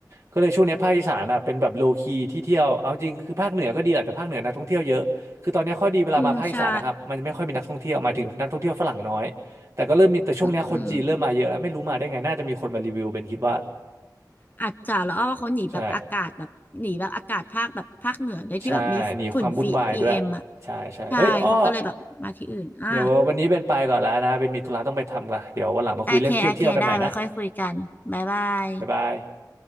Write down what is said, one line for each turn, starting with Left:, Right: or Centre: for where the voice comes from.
Right: ก็เลยช่วงเนี้ยภาคอีสานอ่ะเป็นแบบโลคีที่เที่ยวเอาจริงคือภาคเหนือก็ดีแหละแต่ภาคเหนือนักท่องเที่ยวเยอะคือตอนเนี้ยข้อดีเวลามาภาคอีสานนะครับมันไม่ค่อยมีนักท่องเที่ยวหมายถึงนักท่องเที่ยวฝรั่งน้อยแต่ก็เริ่มมีแต่ช่วงเนี้ยคนจีนเริ่มมาเยอะแล้วไม่รู้มาได้ไงน่าจะมีคนมารีวิวเป็นคิดว่า
Left: อืมใช่อืมอืมอาจจะแล้วอ้อว่าเขาหนีแบบอากาศแบบหนีแบบอากาศภาคแบบภาคเหนือด้วยที่แบบมีฝุ่นฟีพีเอ็มอ่ะ
Right: ใช่ ใช่หนีความวุ่นวายด้วย ใช่ ใช่เอ้ยอ้อ
Left: ใช่เขาก็เลยแบบมาที่อื่นอ่า
Right: เดี๋ยววันนี้เป็นไปก่อนแล้วนะ เป็นมีธุระต้องไปทำก่อนเดี๋ยววันหลังมาคุยเรื่องเที่ยวเที่ยวกันใหม่นะ
Left: โอเคโอเคได้ไว้ค่อยคุยกันบ๊ายบาย
Right: บ๊ายบาย